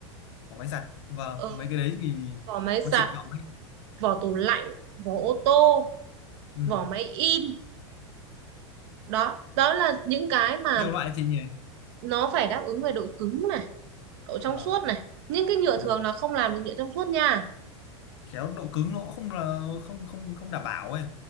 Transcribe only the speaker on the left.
có máy giặt vâng
mấy cái đấy thì
có triển vọng đấy
ừ.
nhiều loại chị nhỉ
vâng
vâng
khéo độ cứng nó cũng không là không không không đảm bảo ấy